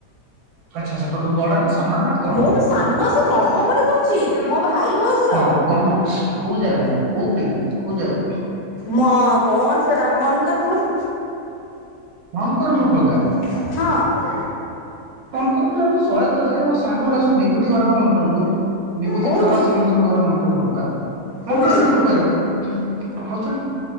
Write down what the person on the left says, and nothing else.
ମୋଠୁ ସାନ ସେ ନବମରେ ପଡୁଛି ମୋ ଭାଇ ବୟସ।
ମ କଣ ସେଟା ମନକରପୁର
ହଁ
କୋଉଠି
କୋଉଠି?